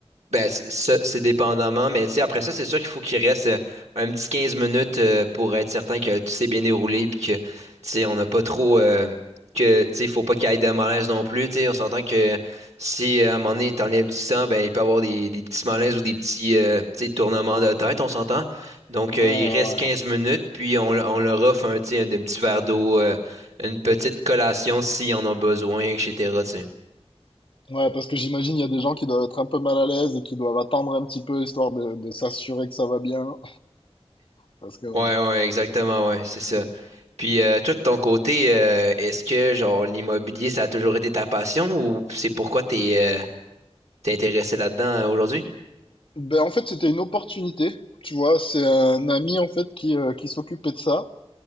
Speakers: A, on the right; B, on the left.
A: Ben, c'est ça, c'est dépendamment, mais tu sais, après ça, c'est sûr qu'il faut qu'il reste euh, un petit 15 minutes euh, pour être certain que tout s'est bien déroulé puis que, tu sais, on n'a pas trop, euh, que, tu sais, il faut pas qu'il y ait de malaise non plus, tu sais, on s'entend que si euh, à un moment donné, t'enlèves du sang, ben, il peut y avoir des, des petits malaises ou des petits, euh, tu sais, tournements de tête, on s'entend. Donc,
B: Ouais,
A: euh,
B: ouais,
A: il reste 15 minutes, puis on, le- on leur offre un, tu sais, un, un petit verre d'eau, euh, une petite collation si on en a besoin, etc., tu sais.
B: ouais. Ouais, parce que j'imagine il y a des gens qui doivent être un peu mal à l'aise et qui doivent attendre un petit peu histoire de, de s'assurer que ça va bien. Parce que bon.
A: Ouais, ouais, exactement, ouais, c'est ça. Puis euh, toi, de ton côté, euh, est-ce que genre l'immobilier, ça a toujours été ta passion ou c'est pourquoi t'es euh, t'es intéressé là-dedans euh, aujourd'hui?
B: Ben, en fait, c'était une opportunité. Tu vois, c'est un ami en fait qui, euh, qui s'occupait de ça.